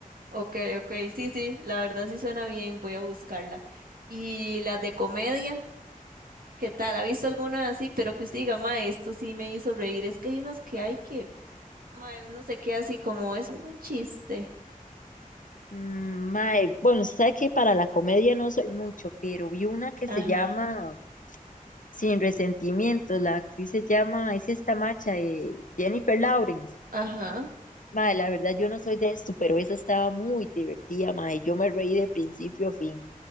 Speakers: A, on the right (about 90°); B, on the left (about 65°).
A: ok, ok, sí, sí, la verdad sí suena bien, voy a buscarla. ¿Y las de comedia? ¿Qué tal? ¿Ha visto alguna así? Pero que usted diga, ma, esto sí me hizo reír. Es que hay unos que hay que, ma, uno se queda así como, es un chiste.
B: Mm, Mae, bueno, sabe que para la comedia no soy mucho, pero vi una que
A: Ajá,
B: se llama Sin Resentimientos, la actriz se llama, es esta macha de Jennifer Lawrence.
A: ajá.
B: Mae, la verdad yo no soy de esto, pero esa estaba muy divertida, mae, yo me reí de principio a fin.